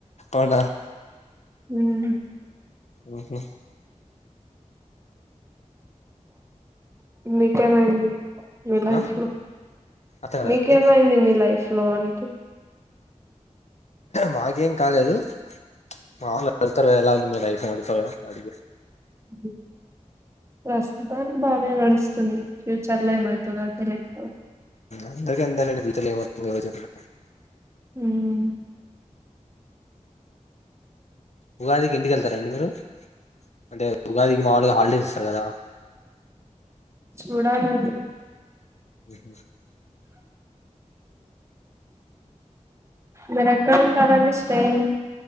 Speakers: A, on the left (about 60°); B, on the right (about 20°).
A: అవున్న
B: హ్మ్
A: హ్మ్ హ్మ్
B: మీకీమాయేది మీ లైఫ్
A: ఆ
B: లో
A: అట్లా కాదండి
B: మీకేమైంది మీ లైఫ్ లో అంటి
A: మాకేం కాలేదు మావులుగా వెళ్తారు ఎలా మీ డైఫై అడతవు గదా అడిగే
B: ఉ ప్రస్తుతానికి బానే నడుస్తుంది. ఫ్యూచర్ లో ఏమయితదో తెలిదు.
A: అందరికి అంతేలండి ఫ్యూచర్ లో ఏమవుతుంది ఎవరం చెప్పలేం
B: ఉమ్
A: ఉగాదికి ఇంటికి వెళ్తారండి. మీరు అంటే ఉగాదికి మాములుగా హాలిడేస్ ఇస్తారు కదా.
B: చూడాలండి.
A: ఊ హు
B: మీరు ఎక్కడ ఉంటారండి స్టేయిన్